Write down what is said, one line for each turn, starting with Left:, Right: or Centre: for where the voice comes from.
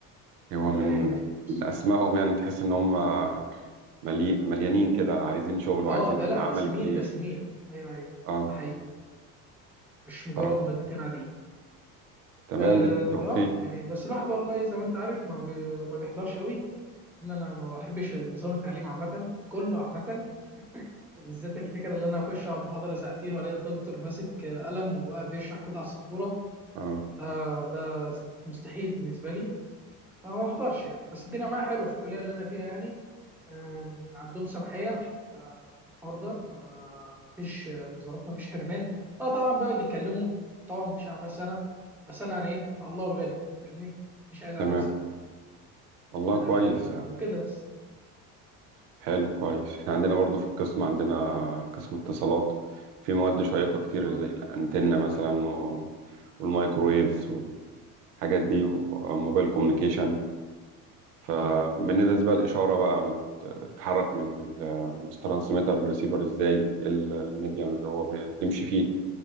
Right: هو
Centre: ربنا
Right: من
Centre: يعيننا فيهم بس
Right: من اسمائهم يعني تحس ان هم ملي... مليانين كده عايزين شغل وعايزين
Centre: اه ده لا
Right: عمل
Centre: ده سنين
Right: كتير
Centre: ده سنين ايوه ايوه
Right: اه
Centre: ده حقيقي مش مجرد
Right: طبعا
Centre: مادتين عاديين
Right: تمام
Centre: اه
Right: بالتوفيق
Centre: آه، يعني بس الواحد والله زي ما انت عارف ما, بي... ما بيحضرش قوي ان انا ما بحبش نظام التعليم عامه كله عامه وبالذات الفكره اللي انا اخش اقعد محاضره ساعتين والاقي الدكتور ماسك قلم وقاعد بيشرح كود على السبوره
Right: اه
Centre: ده ده مستحيل بالنسبه لي فما بحضرش يعني بس الدنيا معايا حلوه في الكليه اللي انا فيها يعني آم، عندهم سماحيه آه، في الحوار ده ما مفيش آه، وزارات مفيش حرمان اه طبعا بيقعد يتكلموا طبعا مفيش اعمال سنه بس انا يعني ايه الله الغني فاهمني مش عايز اعمال
Right: تمام
Centre: سنه
Right: والله
Centre: آه
Right: كويس
Centre: وكده بس
Right: حلو كويس احنا عندنا برضو في القسم عندنا قسم اتصالات في مواد شيقة كتير
Centre: اه
Right: زي الأنتنة مثلا و- والمايكرويفز والحاجات دي والموبايل كوميونيكيشن فبندرس
Centre: اه
Right: بقى الإشارة بقى بتتحرك من الترانسميتر للريسيفر ازاي إيه ال- الميديم اللي هو بتمشي فيه